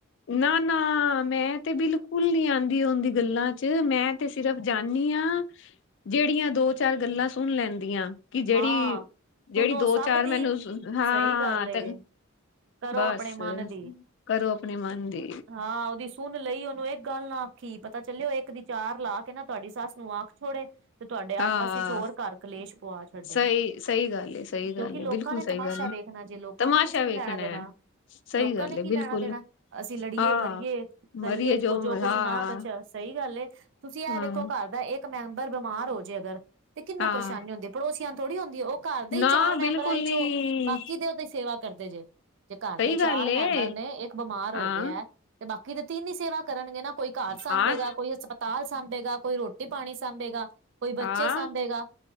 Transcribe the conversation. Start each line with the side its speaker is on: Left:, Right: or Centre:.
Left: ਨਾ, ਨਾ ਮੈਂ ਤੇ ਬਿਲਕੁਲ ਨੀ ਆਂਦੀ ਔਦੀ ਗੱਲਾਂ 'ਚ ਮੈਂ ਤੇ ਸਿਰਫ ਜਾਨੀ ਆ ਜਿਹੜੀਆਂ ਦੋ ਚਾਰ ਗੱਲਾਂ ਸੁਣ ਲੈਂਦੀਆਂ ਕਿ ਜਿਹੜੀ
Right: ਹਾਂ
Left: ਜਿਹੜੀ
Right: ਸੁਣੋ
Left: ਦੋ
Right: ਸਭ
Left: ਚਾਰ
Right: ਦੀ
Left: ਮੈਨੂੰ ਹਾਂ
Right: ਸਹੀ ਗੱਲ ਏ
Left: ਤੇ
Right: ਕਰੋ
Left: ਬਸ
Right: ਆਪਣੇ ਮਨ ਦੀ
Left: ਕਰੋ ਆਪਣੇ ਮਨ ਦੀ
Right: ਹਾਂ ਉਹਦੀ ਸੁੰਨ ਲਈ ਉਹਨੂੰ ਇੱਕ ਗੱਲ ਨਾ ਆਖੀ ਪਤਾ ਚੱਲੇ ਓ ਇੱਕ ਦੀ ਚਾਰ ਲਾ ਕੇ ਨਾ ਤੁਹਾਡੀ ਸੱਸ ਨੂੰ ਆਖ ਛੋੜੇ ਤੇ ਤੁਹਾਡੇ ਆਪਸ
Left: ਹਾਂ
Right: ਵਿੱਚ ਹੋਰ ਘਰ ਕਲੇਸ਼ ਪੁਆ ਛੱਡੇ,
Left: ਸਹੀ ਸਹੀ ਗੱਲ ਏ ਸਹੀ
Right: ਕਿਉਂਕਿ
Left: ਗੱਲ
Right: ਲੋਕਾਂ
Left: ਏ ਬਿਲਕੁਲ
Right: ਨੇ
Left: ਸਹੀ
Right: ਤਮਾਸ਼ਾ
Left: ਗੱਲ
Right: ਵੇਖਣਾ
Left: ਏ
Right: ਜੇ ਲੋਕਾਂ
Left: ਤਮਾਸ਼ਾ
Right: ਨੂੰ ਕੁਛ ਨੀ
Left: ਵੇਖਣਾ
Right: ਲੈਣਾ ਦੇਣਾ।
Left: ਹੈ ਸਹੀ
Right: ਲੋਕਾਂ
Left: ਗੱਲ
Right: ਨੇ
Left: ਏ
Right: ਕੀ ਲੈਣਾ
Left: ਬਿਲਕੁਲ
Right: ਦੇਣਾ ਅਸੀਂ ਲੜੀਏ
Left: ਹਾਂ
Right: ਮਰੀਏ ਕਰੀਏ
Left: ਮਰੀਏ
Right: ਜੋ ਕੁਛ
Left: ਹਾਂ
Right: ਨਾ ਕੁਛ ਸਹੀ ਗੱਲ ਏ, ਤੁਸੀਂ ਇਹ
Left: ਹਾਂ
Right: ਦੇਖੋ ਘਰ ਦਾ ਇਹ- ਇੱਕ ਮੈਂਬਰ ਬਿਮਾਰ ਹੋ ਜੇ ਅਗਰ ਤੇ ਕਿੰਨੂੰ
Left: ਹਾਂ
Right: ਪਰੇਸ਼ੀ ਹੁੰਦੀ ਪੜੋਸੀਆਂ ਨੂੰ ਥੋੜ੍ਹੀ ਹੁੰਦੀ ਆ ਉਹ ਘਰ ਦੇ ਹੀ
Left: ਨਾ
Right: ਚਾਰ ਮੈਂਬਰਾਂ
Left: ਬਿਲਕੁਲ ਨੀ
Right: ਚੋਂ ਉਹ ਬਾਕੀ ਦੇ ਉਹਦੀ ਸੇਵਾ ਕਰਦੇ ਜੇ ਜੇ ਘਰ
Left: ਸਹੀ
Right: ਦੇ ਚਾਰ
Left: ਗੱਲ ਏ
Right: ਮੈਂਬਰ ਨੇ ਇੱਕ ਬਿਮਾਰ
Left: ਹਾਂ
Right: ਹੋ ਗਿਆ ਤੇ ਬਾਕੀ ਦੇ ਤਿੰਨ ਈ ਸੇਵਾ ਕਰਨਗੇ ਨਾ। ਕੋਈ ਘਰ ਸਾਂਭੇਗਾ,
Left: ਹਾਂ
Right: ਕੋਈ ਹਸਪਤਾਲ ਸਾਂਭੇਗਾ, ਕੋਈ ਰੋਟੀ ਪਾਣੀ ਸਾਂਭੇਗਾ, ਕੋਈ ਬੱਚੇ
Left: ਹਾਂ
Right: ਸਾਂਭੇਗਾ।